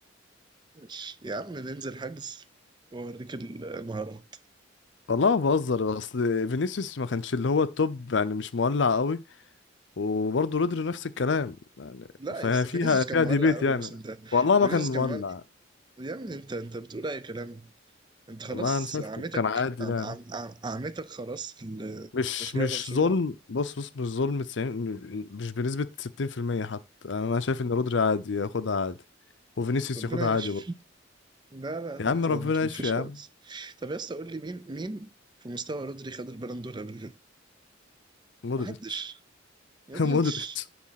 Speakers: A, on the right; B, on the left.
A: ماشي. يا عم ننزل حجز وأوريك المهارات
B: والله ما بهزر اصل فينيسيوس ما كانش اللي هو التوب يعني مش مولع قوي وبرضه رودري نفس الكلام يعني
A: لا
B: ففيها
A: يا اسطى فينيسيوس
B: فيها
A: كان مولع
B: ديبيت
A: قوي
B: يعني
A: الموسم ده
B: والله
A: فينيسيوس
B: ما كان
A: كان
B: مولع
A: مولع يا ابني انت انت بتقول اي كلام انت خلاص
B: والله انا شايفكم
A: عمتك
B: كان عادي
A: عم
B: يعني
A: عم عم عمتك خلاص في
B: مش
A: تشجيع
B: مش
A: برشلونة
B: ظلم بص بص مش ظلم 90 مش بنسبة 60% حتى يعني انا شايف ان رودري عادي ياخدها عادي وفينيسيوس
A: ربنا
B: ياخدها عادي
A: يشفي
B: برضه
A: لا لا
B: يا
A: لا،
B: عم ربنا
A: مفيش
B: يشفي يا
A: خالص
B: عم
A: طب يا اسطى قول لي مين مين في مستوى رودري خد البالون دور قبل كده
B: مودريتش
A: محدش مودريتش
B: <laughs> مودريتش